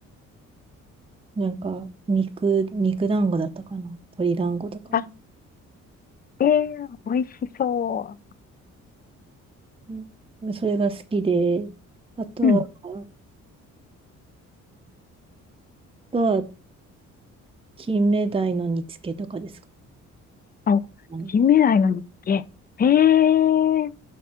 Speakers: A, on the right (about 20°); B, on the left (about 30°).
A: なんか、肉、肉団子だったかな。鶏団子とかな。
B: あ、えー美味しそ
A: うんそれが好きで、あとは、
B: う。うん。
A: あとは、金目鯛の煮付けとかですか
B: あ、
A: ね。
B: 金目鯛の煮付け。へえー、